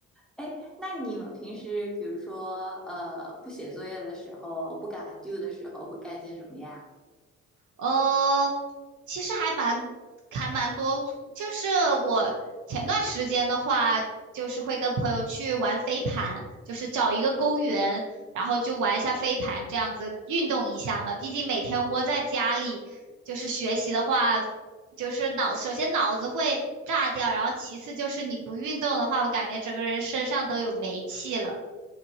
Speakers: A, in the centre; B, on the right.
A: 哎，那你们平时比如说，呃，不写作业的时候，不敢 do 的时候，会干些什么呀？
B: 呃，其实还蛮还蛮多，就是我前段时间的话，就是会跟朋友去玩飞盘，就是找一个公园，然后就玩一下飞盘，这样子运动一下嘛。毕竟每天窝在家里，就是学习的话，就是脑，首先脑子会炸掉，然后其次就是你不运动的话，我感觉整个人身上都有煤气了。